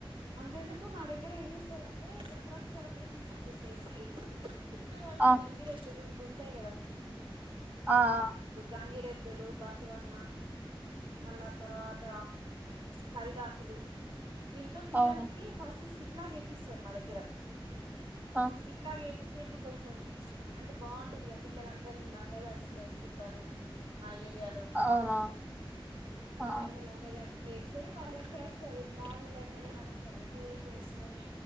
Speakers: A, on the right; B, on the right.
A: అంతేందుకు మా దగ్గర ఏం చేస్తరంటే సంక్రాంతి సెలబ్రేషన్స్ అని చెప్పేసి ముందు రోజే
B: ఆ
A: గంగిరెద్దులు ఇవి ఉంటాయి కదా
B: అ అ
A: గంగిరెద్దులు బసవన్న మళ్ళ తర్వాత హరిదాసులు వీల్తో పిల్లలకి
B: అవును
A: ఫస్ట్ స్కి ట్లయేపిస్తారూ మా దగ్గ
B: ఆ
A: ఇట్లాగే చస్తే ఇప్పుడు కొంచెం అంటే బాగుంటది ఇ పిల్లందరు లంగాలు జాకెట్లు వేసుకుంట మా ఏరియాలో
B: అవునవును
A: పిల్లలందరు
B: ఆ
A: లంగా జాకెట్ ఇట్ల వేసుకొని వాళ్ళు చేస్తారు మార్నింగ్ లేవగానే మన పూజ చేసుకొని